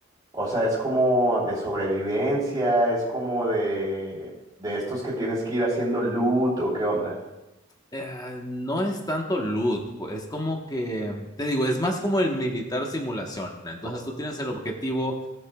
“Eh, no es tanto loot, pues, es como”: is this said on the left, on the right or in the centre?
Left